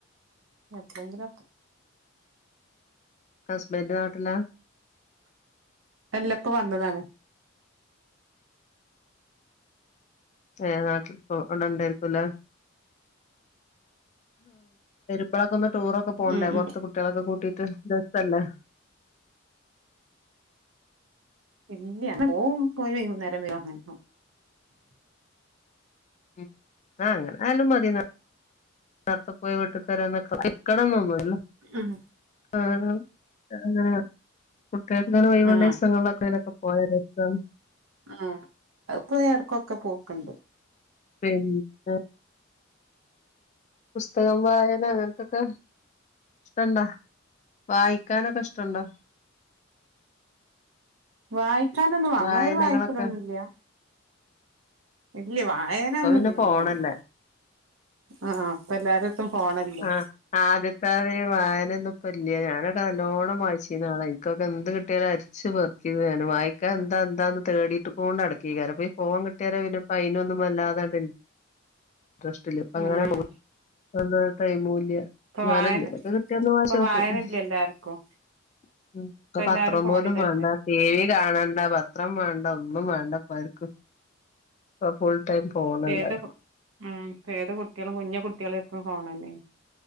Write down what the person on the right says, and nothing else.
എത്രങ്കിലൊക്കെ-
അല്ല പ്പോ വന്നതാണ്.
ഉം ഉം
ഇല്ല പോ പോയി വൈകുന്നേരം വ <unintelligible>
ഉം
ആ
ഏഹ് അഹ്പ്പോ എട്ക്കൊക്കെ പോക്ക്ണ്ട്
വായിക്കാനൊന്നും അങ്ങനൊരു
വായിക്കലൊന്നുല്ല ഇല്ല വായനൊന്നുംല്ലതികൊന്നു
ആഹ് ഇപ്പ എല്ലാരട്ത്തും ഫോണല്ലേ
ഉം
ഇപ്പൊ
വായന
ഇപ്പൊ വായനല്ല
എല്ലാർക്കും
ഇപ്പ
എല്ലാരും ഫോണിലല്ലേ
ഏത് ഉം ഏത് കുട്ട് കുട്ട്യേളെട്ത്തും കുഞ്ഞി കുട്ട്യേളട്ത്തും ഫോണന്നെ